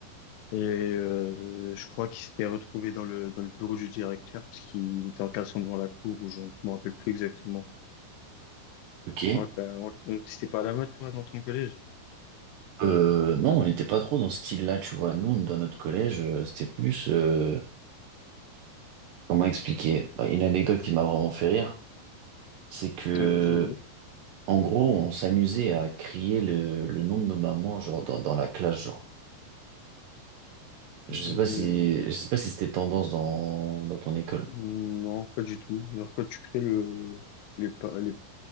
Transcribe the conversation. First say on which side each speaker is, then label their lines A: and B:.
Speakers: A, on the left; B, on the right.
A: Et euh, je crois qu'il s'était retrouvé dans le, dans le bureau du directeur, parce qu'il était en caleçon devant la cour, ou je ne me rappelle plus exactement.
B: Ok.
A: On te l'a- on te- on- C'était pas à la mode, toi, dans ton collège?
B: Euh, non, on n'était pas trop dans ce style-là, tu vois. Nous, dans notre collège, euh, c'était plus... euh, comment expliquer? Bah, une anecdote qui m'a vraiment fait rire, c'est que,
A: Vas-y, vas-y.
B: en gros, on s'amusait à crier le, le nom de nos mamans, genre, dans, dans la classe, genre. Je sais
A: Euh,
B: pas si, je sais pas si c'était tendance dans, dans ton école.
A: non, pas du tout. Alors, quand tu crées le, les, pa- les,